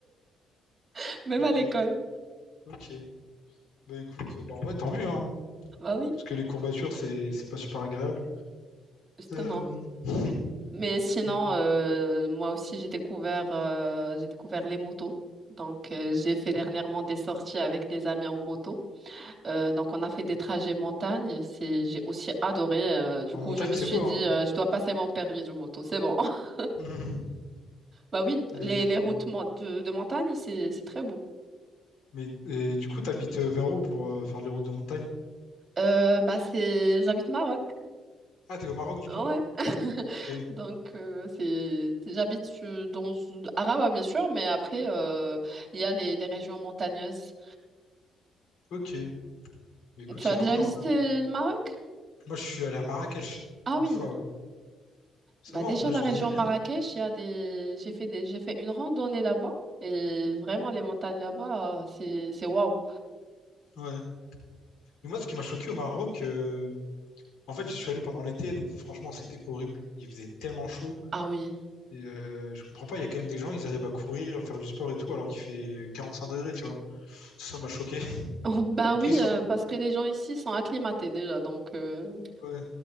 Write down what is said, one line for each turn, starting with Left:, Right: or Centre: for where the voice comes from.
Right: <laughs> même
Left: Ok,
Right: à l'école.
Left: ok. Bah écoute, euh, bah ouais, tant mieux, hein.
Right: Bah oui,
Left: Parce que les courbatures, c'est c'est pas super agréable.
Right: justement.
Left: Euh, <laughs>
Right: Mais sinon,
Left: et-
Right: euh, moi aussi, j'ai découvert, euh, j'ai découvert les motos. Donc, euh, j'ai fait dernièrement des sorties avec des amis en moto. Euh, donc, on a fait des trajets montagne. C'est, j'ai aussi adoré. Euh, du
Left: en
Right: coup,
Left: montagne,
Right: je me
Left: c'est
Right: suis
Left: beau,
Right: dit,
Left: hein.
Right: euh, je dois passer mon permis de moto. C'est bon. <laughs>
Left: <laughs>
Right: Bah oui, les,
Left: Et,
Right: les routes mon- de, de montagne, c'est, c'est très beau.
Left: mais, et du coup, t'habites euh, vers où pour euh, faire les routes de montagne?
Right: Euh, bah c'est j'habite au Maroc.
Left: Ah, t'es au Maroc, du
Right: Ouais.
Left: coup?
Right: <laughs>
Left: Ok.
Right: Donc euh, c'est j'habite euh, dans Araba bien sûr, mais après euh, il y a les, les régions montagneuses.
Left: Ok. Mais Écoute,
Right: Tu
Left: c'est
Right: as
Left: cool,
Right: déjà
Left: en
Right: visité
Left: vrai. hein.
Right: le Maroc?
Left: Moi, je suis allé à Marrakech,
Right: Ah
Left: une
Right: oui.
Left: fois. ouais. Ça
Right: Bah
Left: va,
Right: déjà
Left: en vrai,
Right: la
Left: j'ai
Right: région
Left: bien aimé.
Right: Marrakech,
Left: hein.
Right: il y a des j'ai fait des j'ai fait une randonnée là-bas et vraiment les montagnes là-bas euh, c'est c'est waouh.
Left: Ouais. Mais moi, ce qui m'a choqué au Maroc, euh, en fait, j'y suis allé pendant l'été, donc franchement, c'était horrible. Il faisait tellement chaud.
Right: Ah oui.
Left: Et euh, je comprends pas, il y a quand même des gens, ils arrivent à courir, à faire du sport et tout, alors qu'il fait 45 degrés, tu vois. Ça, ça m'a choqué. <laughs>
Right: <laughs> Bah
Left: Après,
Right: oui
Left: ils sont...
Right: euh, parce que les gens ici sont acclimatés déjà donc euh,
Left: Ouais,